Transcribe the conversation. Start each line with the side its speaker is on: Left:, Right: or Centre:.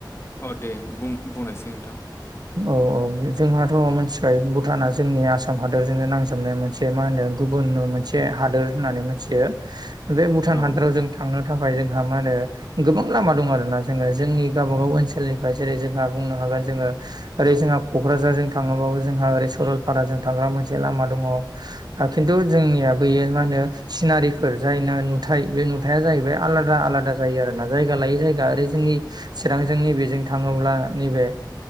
Left: अ दे बुं बुंनायसाय नोंथां
Right: औ औ जोंहाथ' मिथिखायो भुटाना जोंनि आसाम हादरजोंनो नांजाबनाय मोनसे मा होनो गुबुन मोनसे हादोर होननानै मोनथियो बे भुटान
Left: औ
Right: हादोराव
Left: नोंथां
Right: जों थांनो थाखाय जोंहा मा होनो गोबां लामा दं आरोना जोङो जोंनि गावबागाव ओनसोलनिफ्राय जेरै जोंहा बुंनो हागोन जोङो ओरै जोंहा क'क्राझारजों थाङोबाबो जोंहा ओरै सरलपाराजों थांग्रा मोनसे लामा दङ खिन्थु जोंनिया बैयो मा होनो सिनारिफोर जायना नुथाइ बे नुथाया जाहैबाय आलादा आलादा जायो आरोना जायगा लायै जायगा ओरै जोंनि चिरांजों नैबेजों थाङोब्ला नैबे